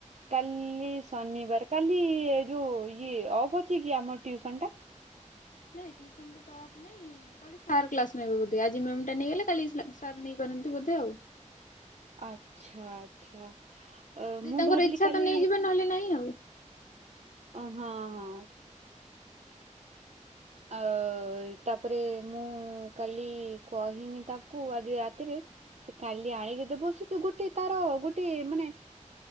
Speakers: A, on the right (about 60°); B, on the left (about 80°).
A: କାଲି ଶନିିବାର କାଲି ଯୋଉଁ ଇଏ ଅଫ୍ ଅଛି କି ଆମ ଟିଉସନ୍ ଟା।
B: ନାଇଁ ଟ୍ୟୁସନ୍ ଟା ତ ଅଫ ନାହିଁ। କାଲି। ସାର୍ କ୍ଲାସ୍ ନେବେ ବୋଧେ। ଆଜି ମ୍ୟାମ୍ ତ ନେଇଗଲେ କାଲି ସାର୍ ନେଇପା ନ୍ତି ବୋଧେ ଆଉ।
A: ଆଚ୍ଛା ଆଚ୍ଛା
B: ଯଦି
A: ମୁଁ
B: ତାଙ୍କର
A: ଭାବିଲି
B: ଇଚ୍ଛା
A: କାଲି
B: ତ ନେଇଯିବେ ନହେଲେ ନାଇଁ ଆଉ
A: ଓ ହଁ ହଁ। ଆ ତାପରେ ମୁଁ କାଲି କହିମି ତାକୁ ଆଜି ରାତିରେ ସେ କାଲି ଆଣିକି ଦେବ। ସେ ଯୋଉ ଗୋ ତାର ଗୋଟେ ମାନେ,